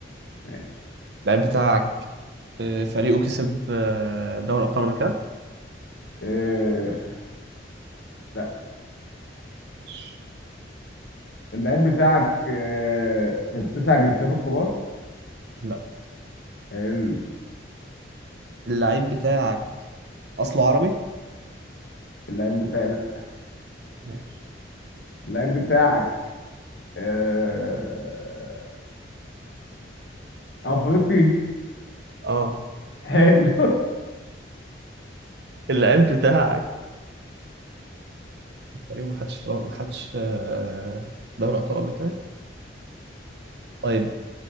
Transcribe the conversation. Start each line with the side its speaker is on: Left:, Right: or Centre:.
Left: ماشي
Right: اللعيب بتاعك آه، فريقه كسب آه، دوري ابطال افريقيا
Left: آه، لا
Right: ماشي
Left: اللعيب بتاعك آه، في التسع جنسيات الكبار
Right: لا
Left: ال-
Right: اللعيب بتاعك اصله عربي
Left: اللعيب بتاعي لا
Right: ماشي
Left: اللعيب بتاعك آه، افريقي
Right: اه
Left: حلو
Right: اللعيب بتاعك تقريبا ما خدش آه، ما خدش آه، دوري ابطال قبل كده طيب